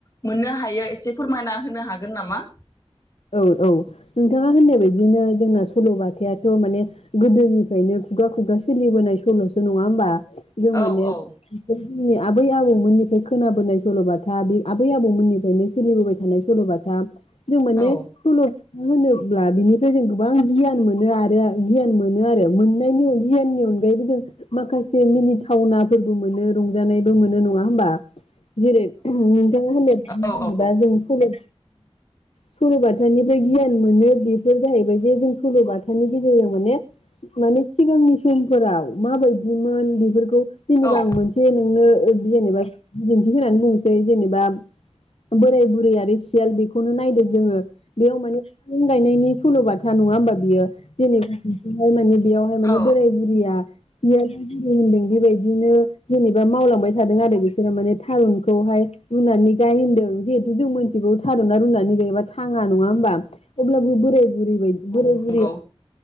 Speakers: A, on the left; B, on the left.
A: मोननो हायो? एसे फोरमायना होनो हागोन नामा?
B: औ औ नोंथाङा होननाय बादिनो जोंना सल'बाथायाथ' माने गोदोनिफ्रायनो खुगा खुगा सोलिबोनाय सल'सो नङा होमबा? जों माने
A: औ औ
B: जोंनि आबै आबौमोननिफ्राय खोनाबोनाय सल'बाथा बे आबै आबौमोननिफ्रायनो सोलिबोबाय थानाय सल'बाथा जों माने
A: औ औ
B: सल' होनोब्ला बिनिफ्राय जों गोबां गियान मोनो आरो गियान मोनो आरो मोननायनि गियाननि अनगायैबो जों माखासे मिनिथावनाफोरबो मोनो रंजानायबो मोनो नङा होनबा? जेरै नोंथाङा होननाय
A: औ
B: बादि जेनेबा जों सल' सल'बाथानिफ्राय गियान मोनो बेफोर जाहैबाय जे जों सल'बाथानि गेजेरजों माने माने सिगांनि समफोराव माबायदिमोन बेफोरखौ जेनेबा
A: औ
B: आं मोनसे नोंनो जेनेबा ओ बिदिन्थि होननानै बुंनोसै जेनेबा बोराय बुरै आरो सियाल बेखौनो नायदो जोङो बेयाव माने बिफां गायनायनि सल'बाथा नङा होमबा बियो जेनेबाहाय माने बेयावहाय माने
A: औ
B: बोराय बुरिया सियालनि बुद्दिजों होनदों बेबायदिनो जेनेबा मावलांबाय थादों आरो बिसोरो माने थारुनखौहाय रुनानै गाय होनदों जिहेतु जों मिथिगौ थारुना रुनानै गायबा थांआ नङा होमबा अब्लाबो बोराय बुरै बायदि
A: औ
B: बोराय बुरैया
A: नंगौ